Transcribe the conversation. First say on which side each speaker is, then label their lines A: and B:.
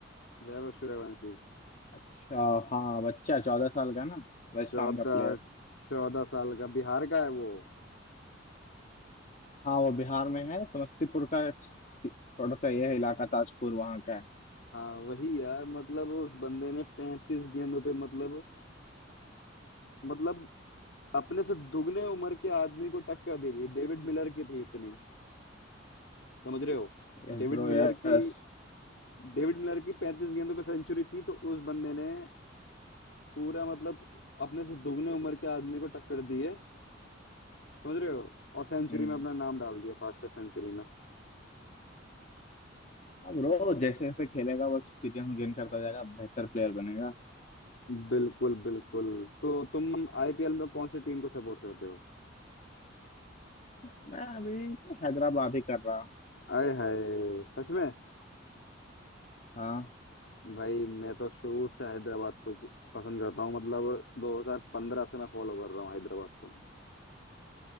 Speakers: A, on the left; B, on the left.
A: वैभव सूर्यवंशी
B: अच्छा हाँ बच्चा चौदह साल का ना राजस्थान
A: चौदह
B: का प्लेयर
A: चौदह साल का बिहार का है वो
B: हाँ वो बिहार में है समस्तीपुर का थोड़ा सा यह इलाका ताजपुर वहाँ का है
A: हाँ वही यार मतलब उस बंदे ने पैंतीस गेंदों पे मतलब मतलब अपने से दुगने उम्र के आदमी को टक्कर दे दी डेविड मिलर की थी इतनी समझ रहे हो
B: Yes
A: डेविड
B: bro
A: मिलर
B: yes
A: की डेविड मिलर की पैंतीस गेंदों पे सेंचुरी थी तो उस बंदे ने पूरा मतलब अपने से दुगने उम्र के आदमी को टक्कर दी है समझ रहे हो और सेंचुरी
B: हम्म।
A: में अपना नाम डाल दिया फास्टेस्ट सेंचुरी में
B: हाँ ब्रो जैसे जैसे खेलेगा वो एक्सपीरियंस गेन करता जाएगा बेहतर प्लेयर बनेगा
A: बिल्कुल बिल्कुल तो तुम आईपीएल में कौन सी टीम को सपोर्ट करते हो
B: मैं अभी तो हैदराबाद ही कर रहा
A: आए हाय सच में
B: हाँ
A: भाई मैं तो शुरू से हैदराबाद को ज- पसंद करता हूँ मतलब 2015 से मैं फॉलो कर रहा हूँ हैदराबाद को